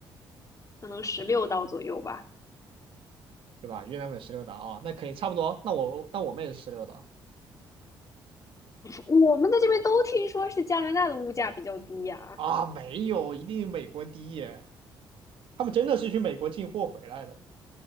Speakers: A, on the left (about 35°); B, on the right (about 65°).
A: 可能十六刀左右吧。
B: 对吧？越南粉十六刀啊，那可以差不多。那我那我们也是十六刀
A: 我们在这边都听说是加拿大的物价比较低呀、
B: 啊，没有，一定美国低耶。他们真的是去美国进货回来的，